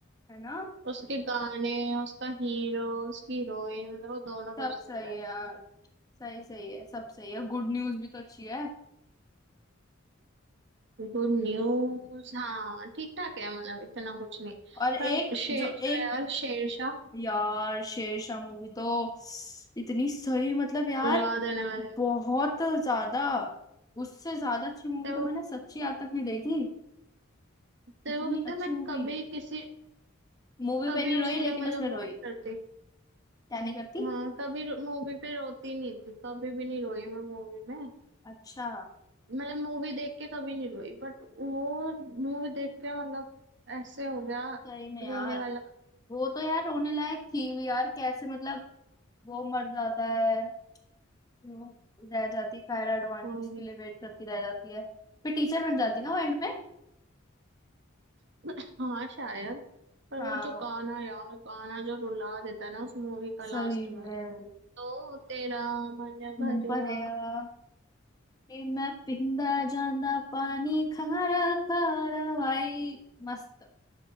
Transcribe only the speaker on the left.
है ना
सब
सही
है यार सही सही है सब सही है गुड न्यूज भी तो अच्छी है
और एक
जो एक
यार शेरशाह मूवी तो इतनी सही मतलब यार
बहुत ज्यादा उससे ज्यादा अच्छी मूवी
तो
मैंने सच्ची आज तक नहीं देखी
इतनी
अच्छी
मूवी
मूवी
पे नहीं
रोई लेकिन
उसमें रोई
क्या नहीं करती
अच्छा
सही में
यार
वो तो यार रोने लायक थी भी यार कैसे मतलब वो मर जाता है फिर वो रह जाती है कायरा अडवाणी
उसके
लिए वेट करती रह जाती है फिर टीचर बन जाती है ना वो एंड में
हाँ
सही
में
मन पर यार कि मैं पींदा जांदा पानी खारा खारा भाई मस्त